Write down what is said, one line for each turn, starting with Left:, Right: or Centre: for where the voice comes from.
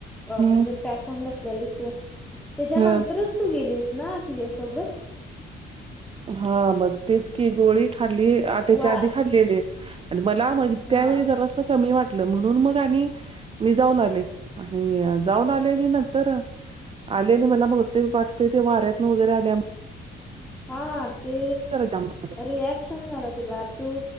Centre: अ
Right: हम्म
Centre: म्हणजे पॅक होऊन बसल्यालीस तू, त्याच्यानंतरच
Right: अ
Centre: तू गेलीस ना तिच्यासोबत.
Right: हा मगं तेच की गोळी खाल्ली आं त्याच्या
Centre: वा
Right: आधी खाल्लीली. आणि मला मग
Centre: हा
Right: त्यावेळी जरासं कमी वाटलं म्हणून मग आणि मी जाऊन आले आणि जाऊन आले आणि नंतर आले आणि मला बहुतेक वाटतेय ते वाऱ्यातन वगैरे आल्या
Centre: हां, ते
Right: जरा जाम झालं.
Centre: रिॲक्शन झालं तुला. तू,